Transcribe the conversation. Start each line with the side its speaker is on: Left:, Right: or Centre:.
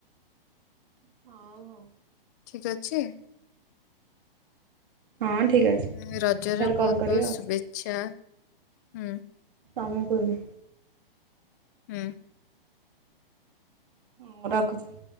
Right: ହଉ ହଉ।
Left: ଠିକ୍ ଅଛି?
Right: ହଁ ଠିକ୍ ଅଛି।
Left: ହୁଁ ରଜର
Right: ସାର୍
Left: ବହୁତ
Right: କଲ୍ କରିବେ
Left: ବହୁତ ଶୁଭେଚ୍ଛା
Right: ଆଉ
Left: ହୁଁ।
Right: ତମୁକୁ ବି।
Left: ହୁଁ।
Right: ହଁ ରଖୁଛି।